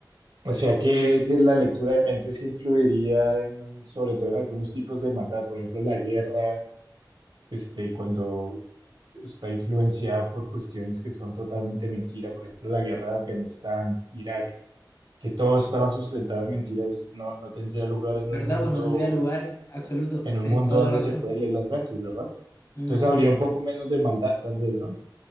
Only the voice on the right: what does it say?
O sea que, que la lectura de mentes influiría en, sobre todo en algunos tipos de maldad, por ejemplo, la guerra, este, cuando está influenciada por cuestiones que son totalmente mentira, por ejemplo, la guerra de Afganistán, Irak, que todo estaba sustentado en mentiras, no, no tendría lugar en
un mundo
en un
mundo
donde
se puede leer las mentes, ¿verdad?
Entonces habría un poco menos de maldad, tal vez, ¿no?